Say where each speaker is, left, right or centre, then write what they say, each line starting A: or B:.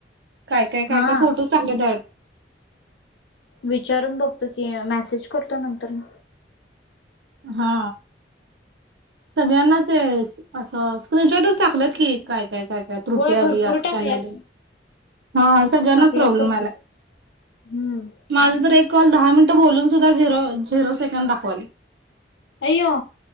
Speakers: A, on the right; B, on the left.
A: काय काय काय
B: हा
A: काय फोटोज <unintelligible>
B: विचारून बघतो की मेसेज करतो नंतरन
A: हा सगळ्यांनाच असं स्क्रीनशॉटच टाकल्यात की काय काय काय काय त्रुटी
B: होय भरपूर
A: आली असं
B: टाकल्यात
A: काय <unintelligible> हा सगळ्यांनाच
B: टाकल्यात
A: प्रॉब्लेम
B: भरपूर
A: आलाय.
B: हम्म
A: माझ तर एक कॉल दहा मिनिटं बोलून सुद्धा झिरो झिरो सेकंड दाखवालय.
B: अयो